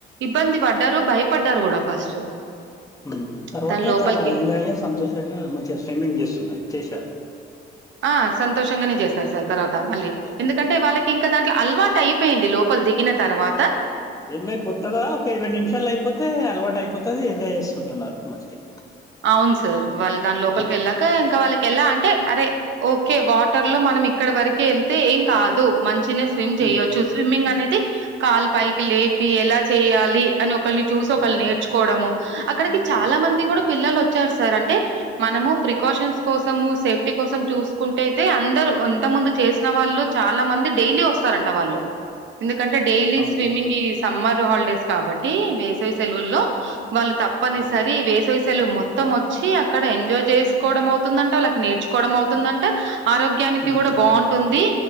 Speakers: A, on the right (about 70°); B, on the left (about 15°).
A: ఇబ్బంది పడ్డారు భయపడ్డారు కూడా ఫస్ట్
B: మ్ తర్వాత
A: దాని లోపలికి
B: చాలా ఎంజాయ్గ సంతోషంగా మంచిగా స్విమ్మింగ్ చేస్తున్నాయి చేశారు
A: ఆ సంతోషంగానే చేశారు సార్ తర్వాత మళ్ళీ
B: ఓకే ఓకే
A: ఎందుకంటే
B: ఓకే.
A: వాళ్ళకి ఇంకా దాంట్లో అలవా టయిపోయింది లోపల దిగిన తర్వా
B: ఎన్వై కొత్తదా ఒక ఇరవై నిమిషాలు అయిపోతే అలవాటు అయిపోతుంది ఎంజాయ్ చేస్తుంటున్నారు మంచిగా
A: అవును సార్ వాళ్ళు దాని లోపలికి
B: ఉమ్
A: వెళ్ళాక ఇంకా వాళ్ళకెల అన్ టే అరే ఓకే వాటర్ లో మనం ఇక్కడ వరకే వెళ్తే ఏం కాదు మం చిన్న స్విమ్ చేయచ్చు
B: ఉమ్
A: స్విమ్మింగ్ అనేది కాలు పైకి లేపి ఎలా చేయాలి అని ఒ ఒకల్ని చూసి ఒకళ
B: ఉమ్
A: నేర్చుకోవడము అక్కడికి చాలా
B: ఉమ్
A: మంది కూడా పిల్లలు వచ్చారు సార్ అంటే మనము ప్రికాషన్స్ కోసము సేఫ్టీ కోసం చూసు కుంటయితే అందరు ఇంత ముందు చేసిన వాళ్ళు చాలా మంది డైలీ వస్తారంట వాళ్ళు ఎందుకంటే డైలీ
B: అవును
A: స్విమ్మింగ్ ఈ సమ్మర్ హాలిడేస్ కాబట్టి వేసవి సెలవుల్లో వాళ్ళు తప్పనిసరి
B: ఉమ్
A: వేసవిసెలు మొత్తం వచ్చి అక్కడ ఎంజాయ్ చేసుకోవడము తుందంట వాళ్ళకి నేర్చుకోవడం అవుతుందంట ఆరోగ్యానికి
B: ఉమ్
A: కూడా బాగుంటుంది
B: ఉమ్